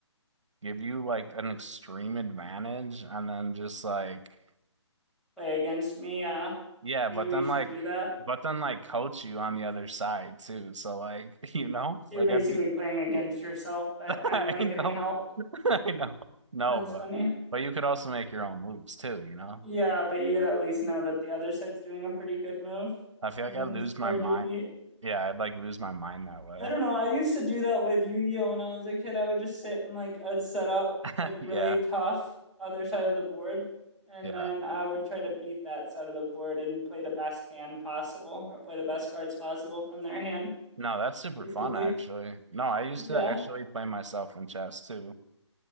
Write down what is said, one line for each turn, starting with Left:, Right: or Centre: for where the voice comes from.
Right: give you like an extreme advantage and then just like
Centre: Play against me, uh,
Right: yeah,
Centre: maybe
Right: but
Centre: we
Right: then
Centre: should
Right: like
Centre: do that.
Right: but then like coach you on the other side too. So like <laughs> you know,
Centre: So You're
Right: like
Centre: basically
Right: I'd be
Centre: playing against yourself, but
Right: <laughs>
Centre: I'm
Right: I
Centre: like
Right: know,
Centre: getting helped.
Right: <laughs> I know. No,
Centre: That's
Right: but
Centre: funny.
Right: but you could also make your own moves too, you know?
Centre: Yeah, but you'd at least know that the other side's doing a pretty good move,
Right: I feel
Centre: and
Right: like I'd
Centre: then it's
Right: lose
Centre: too
Right: my
Centre: hard
Right: mind.
Centre: to beat.
Right: Yeah, I'd like lose my mind that way.
Centre: I don't know. I used to do that with Yu-Gi-Oh! when I was a kid. I would just sit and like I'd set up
Right: <laughs>
Centre: like really
Right: Yeah,
Centre: tough other side of the board, and
Right: yeah.
Centre: then I would try to beat that side of the board and play the best hand possible or play the best cards possible from their hand,
Right: No, that's super
Centre: basically.
Right: fun actually. No, I used
Centre: Yeah.
Right: to actually play myself in chess too.